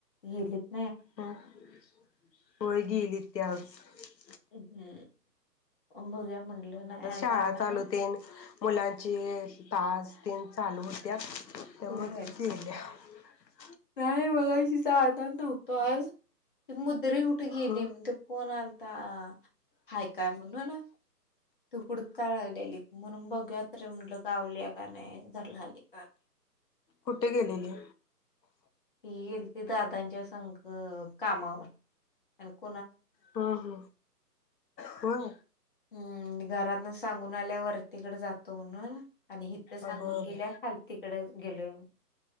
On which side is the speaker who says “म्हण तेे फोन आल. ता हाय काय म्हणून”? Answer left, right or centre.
Left